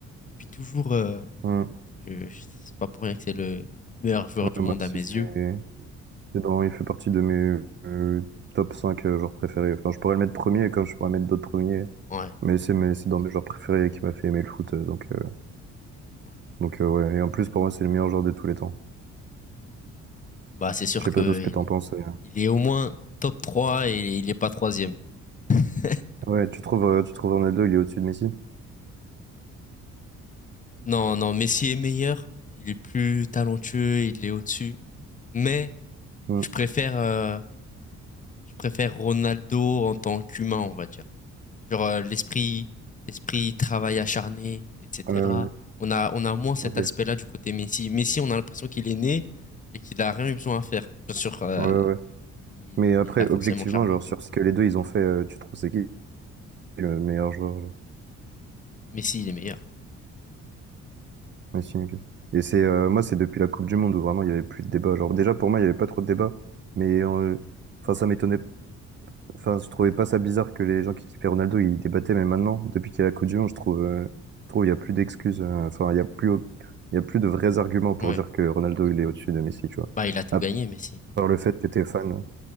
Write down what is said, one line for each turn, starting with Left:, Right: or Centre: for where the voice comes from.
Left: Depuis toujours, heu
Right: Hmm.
Left: Je, je- c'est pas pour rien que c'est le meilleur joueur
Right: Ouais,
Left: du
Right: moi
Left: monde
Right: aussi,
Left: à mes
Right: c'est
Left: yeux.
Right: c'est dans, il fait partie de mes euh, top 5 euh, genres préférés. Enfin, je pourrais le mettre premier comme je pourrais mettre d'autres premiers.
Left: Ouais.
Right: Mais c'est mes- c'est dans mes genres préférés qui m'a fait aimer le foot. euh, donc, euh,
Left: ouais.
Right: donc euh, ouais. Et en plus, pour moi, c'est le meilleur joueur de tous les temps.
Left: Bah, c'est sûr
Right: Je sais
Left: que
Right: pas toi ce que
Left: il
Right: t'en
Left: est,
Right: penses. euh.
Left: il est au moins top 3 et il est pas troisième. <laughs>
Right: Ouais, tu trouves, euh, tu trouves Ronaldo, il est au-dessus de Messi?
Left: Non, non, Messi est meilleur. Il est plus talentueux, il est au-dessus. Mais
Right: Hmm.
Left: je préfère, euh, je préfère Ronaldo en tant qu'humain, on va dire. Genre euh, l'esprit, l'esprit travail acharné, etc.
Right: Ouais, ouais, ouais.
Left: On a, on a moins cet
Right: ok.
Left: aspect-là du côté Messi. Messi, on a l'impression qu'il est né et qu'il a rien eu besoin à faire. Bien sûr, euh,
Right: Ouais, ouais.
Left: Il
Right: Mais après,
Left: il a forcément
Right: objectivement,
Left: charbonné.
Right: genre, sur ce que les deux ils ont fait, euh, tu trouves c'est qui le meilleur joueur, genre,
Left: Messi, il est meilleur.
Right: Messi MVP? Et c'est, euh, moi, c'est depuis la Coupe du Monde où vraiment il y avait plus de débat. Genre, déjà, pour moi, il y avait pas trop de débat. Mais, euh, enfin, ça m'étonnait. Enfin, je trouvais pas ça bizarre que les gens qui kiffaient Ronaldo, ils débattaient. Mais maintenant, depuis qu'il y a la Coupe du Monde, je trouve, euh, je trouve, il y a plus d'excuses. euh, Enfin, il y a plus, il y a plus de vrais arguments pour
Left: Ouais.
Right: dire que Ronaldo, il est au-dessus de Messi, tu vois.
Left: Bah, il a tout
Right: À
Left: gagné, Messi.
Right: part le fait que t'es fan.